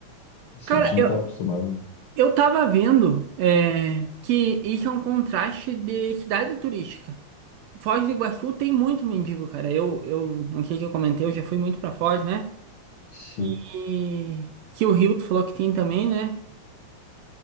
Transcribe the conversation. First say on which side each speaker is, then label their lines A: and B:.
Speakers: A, on the left; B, on the right.
A: Assim,
B: Cara,
A: a gente não
B: eu,
A: está acostumado. Né?
B: Eu tava vendo é, que isso é um contraste de cidade turística. Foz do Iguaçu tem muito mendigo, cara. Eu, eu não sei se eu comentei, eu já fui muito pra Foz, né?
A: Sim.
B: E que o Rio tu falou que tem também, né?